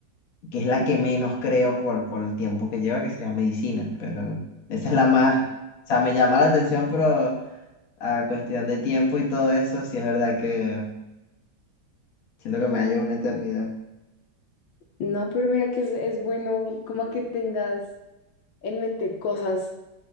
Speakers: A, on the left; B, on the left.
A: que es la que menos creo por, por el tiempo que lleva, que sería medicina, pero esa es la más, o sea, me llama la atención, pero a cuestión de tiempo y todo eso, sí es verdad que siento que me hallo una eternidad.
B: No, pero mira que es, es bueno como que tengas en mente cosas